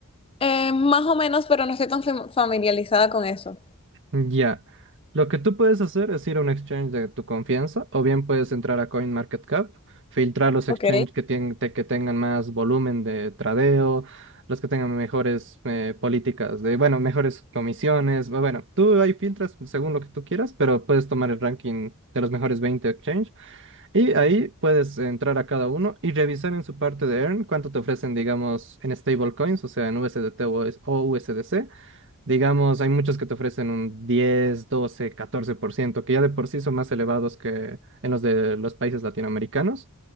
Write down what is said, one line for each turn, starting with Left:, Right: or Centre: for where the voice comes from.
Left: Eh, más o menos, pero no estoy tan fam- familiarizada con eso.
Right: Ya. Lo que tú puedes hacer es ir a un exchange de tu confianza, o bien puedes entrar a CoinMarketCap, filtrar los exchanges
Left: Ok,
Right: que, tien- te- que tengan más volumen de tradeo, los que tengan mejores eh, políticas de, bueno, mejores comisiones. bu- Bueno, tú ahí filtras según lo que tú quieras, pero puedes tomar el ranking de los mejores 20 exchanges y ahí puedes entrar a cada uno y revisar en su parte de Earn cuánto te ofrecen, digamos, en stablecoins, o sea, en USDT o o USDC Digamos, hay muchos que te ofrecen un diez, doce, catorce por ciento, que ya de por sí son más elevados que en los de los países latinoamericanos.